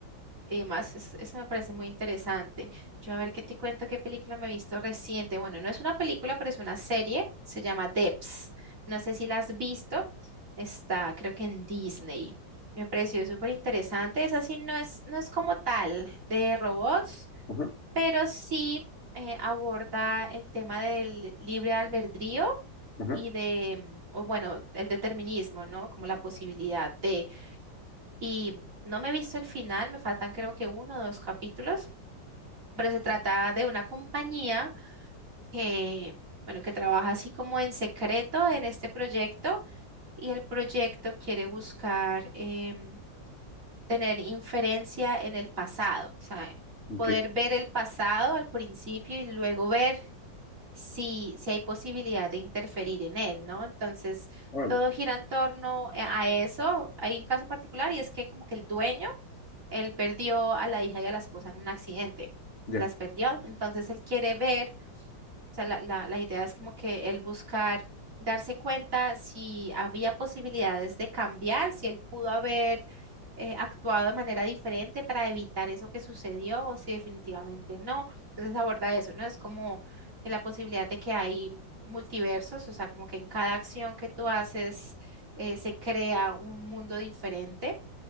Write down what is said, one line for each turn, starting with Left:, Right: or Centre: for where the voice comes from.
Right: y demás, es- eso me parece muy interesante. Yo a ver qué te cuento, qué película me he visto reciente. Bueno, no es una película, pero es una serie. Se llama Debs. No sé si la has visto. Está, creo que en Disney. Me pareció súper interesante. Esa sí no es, no es como tal de robots,
Left: Ujú.
Right: pero sí eh, aborda el tema del libre albedrío
Left: Ajá.
Right: y de, o bueno, el determinismo, ¿no? Como la posibilidad de y no me he visto el final, me faltan creo que uno o dos capítulos, pero se trata de una compañía que, bueno, que trabaja así como en secreto en este proyecto y el proyecto quiere buscar em, tener inferencia en el pasado, o sea,
Left: Ok,
Right: poder ver el pasado al principio y luego ver si, si hay posibilidad de interferir en él, ¿no? Entonces,
Left: órale,
Right: todo gira en torno eh, a eso. Hay un caso particular y es que como que el dueño, él perdió a la hija y a la esposa en un accidente,
Left: ya,
Right: las perdió, entonces él quiere ver sea, la, la, la idea es como que él buscar darse cuenta si había posibilidades de cambiar, si él pudo haber eh, actuado de manera diferente para evitar eso que sucedió o si definitivamente no. Entonces aborda eso, ¿no? Es como que la posibilidad de que hay multiversos, o sea, como que en cada acción que tú haces eh, se crea un mundo diferente.